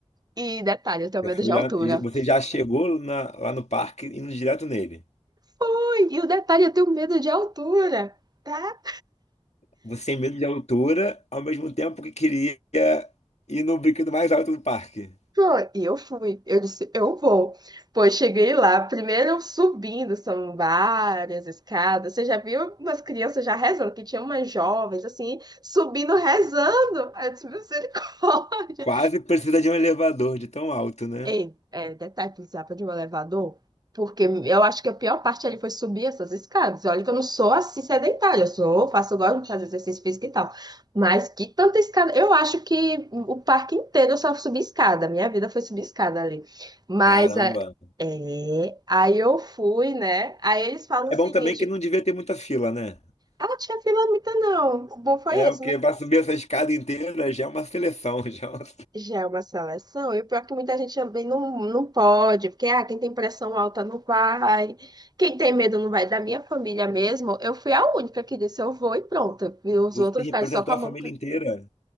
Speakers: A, on the right; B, on the left.
A: E detalhe, eu tenho
B: Você
A: medo
B: foi
A: de altura.
B: já, e você já chegou na- lá no parque indo direto nele.
A: Foi! E o detalhe, eu tenho medo de altura. tá
B: Você tem medo de altura, ao mesmo tempo que queria ir no brinquedo mais alto do parque.
A: Foi, e eu fui. Eu disse, eu vou. Pois cheguei lá, primeiro subindo, são várias escadas. Você já viu umas crianças já rezando, que tinha umas jovens assim, subindo, rezando. Aí eu disse, misericórdia.
B: Quase precisa de um elevador de tão alto, né?
A: Ei, é, detalhe, precisava de um elevador, porque eu acho que a pior parte ali foi subir essas escadas. Olha que eu não sou assim sedentária, eu sou, faço, gosto de fazer exercício físico e tal. Mas que tanta escada. Eu acho que o parque inteiro eu só subi escada, minha vida foi subir escada ali. Mas
B: Caramba.
A: é, é, aí eu fui, né? Aí eles falam
B: É
A: o seguinte:
B: bom também que não devia ter muita fila, né?
A: ah, não tinha fila muita não. O bom foi
B: É,
A: esse.
B: porque para subir essa escada inteira já é uma seleção, <laughs> já é uma...
A: Já é uma seleção, e o pior é que muita gente também não, não pode, porque ah, quem tem pressão alta não vai, quem tem medo não vai. Da minha família mesmo, eu fui a única que disse eu vou e pronto. E os
B: Você
A: outros
B: representou
A: ficaram só com a
B: a
A: mão.
B: família inteira.